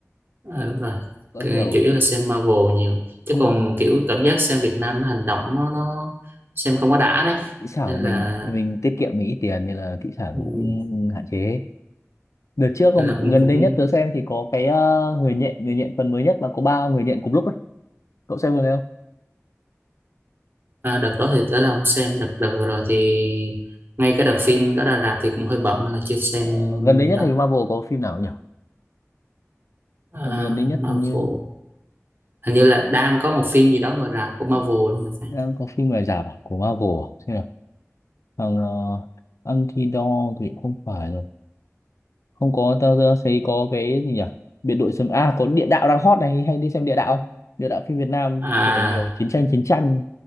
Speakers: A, on the right; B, on the left.
A: à, đúng rồi
B: có
A: Cái-
B: kiểu
A: chủ yếu là xem Marvel nhiều chứ
B: không,
A: còn kiểu cảm giác xem Việt Nam nó hành động nó, nó xem không có đã đấy
B: kỹ xảo
A: nên
B: của mình
A: là
B: mình tiết kiệm mình ít tiền nên là kỹ xảo nó
A: ừm,
B: cũng hạn chế đợt trước còn
A: nên là cũng
B: gần
A: cũng
B: đây nhất tớ xem thì có cái ờ, người nhện người nhện phần mới nhất mà có ba người nhện cùng lúc ấy cậu xem vừa đấy không
A: à, đợt đó thì tới là không xem đợt đợt vừa rồi thì ngay cái đợt phim đó ra rạp thì cũng hơi bận nên là chưa xem
B: Ờ, gần đây nhất
A: đó
B: thì Marvel có phim nào nhỉ
A: à,
B: Ờ, gần đây nhất
A: Marvel
B: hình như
A: hình như là đang có một phim gì đó ngồi rạp của Marvel luôn thì phải
B: đang có phim này giả bảo của Marvel à? xem nào thằng uh, Anti-Dog thì không phải rồi không có tao tao thấy có cái gì nhỉ biệt đội sấm a có địa đạo đang hot này hay đi xem địa đạo không? địa đạo phim Việt Nam
A: à
B: kiểu kiểu chiến tranh chiến tranh